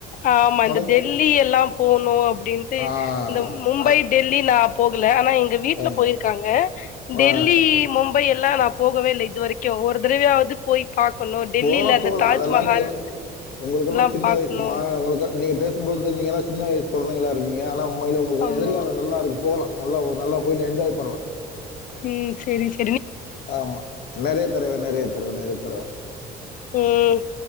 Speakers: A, on the left (about 50°); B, on the left (about 70°).
A: ஆமா
B: வடக்கு
A: இந்த டெல்லி எல்லா போனோ அப் டின்ட்டு
B: ஆ,
A: இந்த ம்-மும்பை
B: அ-
A: டெல்லி நா இல ஆனா எங்க வீட்டுல
B: ஆ,
A: போயிருக்காங்க டெல்லி
B: ஆ,
A: மும் மும்பை எல்லா நா போகவே இல்ல இது வரைக்கு ஒரு தடவையாவது போய் பாக்கணு டெல்லில
B: போலா-போலா
A: அந்த தாஜ்மஹால்
B: அதெல்லாம் நீங்கல்லா உங்களுக்கெல்லா
A: எல்லா
B: சின்ன
A: பாக்கணு
B: வயசு மா உங்களுக்கு நீங்க பேசும்போது நீங்கலா சின்ன வயசு கொழந்தைகளா இருக்கீங்க ஆனா உண்மையில உங்களுக்கெல்லா
A: ஆமா
B: எதிர்காலோ நல்லாருக்கு போலா நல்லா ஒரு நல்லா போய் என்ஜாய் பண்ணலா
A: உம் செரி சி
B: ஆமா நெறைய தடவ-நெறைய தடவ-நெறைய தடவ
A: உம்